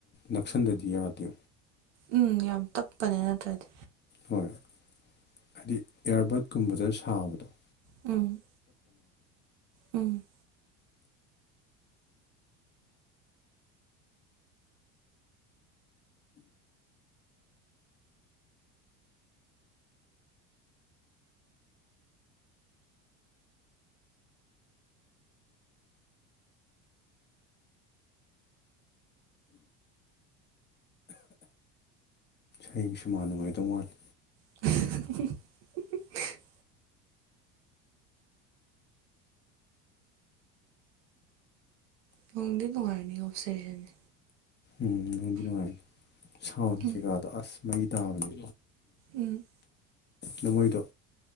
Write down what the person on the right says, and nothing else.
ꯎꯝ ꯌꯥꯝ ꯇꯞꯄꯅꯦ ꯅꯠꯇ꯭ꯔꯗꯤ
ꯎꯝ ꯎꯝ
<inaudible> ꯅꯅꯨꯡꯗꯤ ꯅꯨꯡꯉꯥꯏꯔꯅꯤ ꯑꯣꯞꯁꯔꯦꯁꯟꯅꯦ
ꯎꯝ
ꯎꯝ